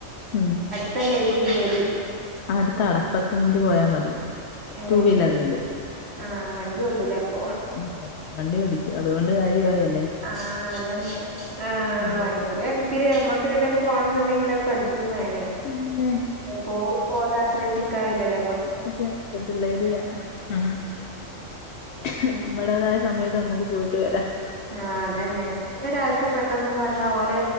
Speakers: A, on the left; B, on the right.
A: ഉം
B: അടുത്തന്നേക്കു ജോലി
A: അടുത്താടാ പത്ത് മിനിറ്റ് പോയാ മതി
B: ഏഹ്
A: ടു വീലറില്
B: ആഹ് വണ്ടി ഓട്ടൂലേ അപ്പൊ
A: ഉം വണ്ടി പടിക്ക്യാ അതുകൊണ്ട് കാര്യമായല്ലോ
B: ആ അതന്നെ ആ
A: സമയത്ത്
B: വണ്ടി ഒര് പിന്നെ നമ്മക്ക് എങ്ങട്ടേലും പോണംന്ന് ണ്ടെങ്കിൽ അത് പഠിക്കും വേണേ-
A: പിന്നെ
B: എപ്പോഴും ഇപ്പൊ ഓലെ ആശ്രയിച്ച് നിക്കാൻ കഴിയില്ലല്ലോ-
A: ന്റത് ഒരുള്ളേര്യാ ആഹ് - നമ്മുടേതായ സമയത്ത് നമുക്ക് പോയിട്ട് വരാം-
B: ആഹ് അതന്നെ- എന്തേലും ഒരാവശ്യം പെട്ടെന്നാണ്ട് വന്നാൽ ഓലെ